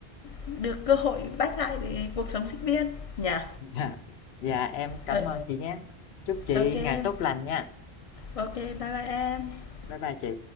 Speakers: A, on the left; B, on the left.
A: được cơ hội bắt lại cuộc sống sinh viên nhỉ.
B: <laughs> dạ, dạ, em cảm
A: Ờ,
B: ơn chị nhé. Chúc chị
A: OK,
B: ngày tốt lành nha.
A: OK, bye bye em.
B: Bye bye chị.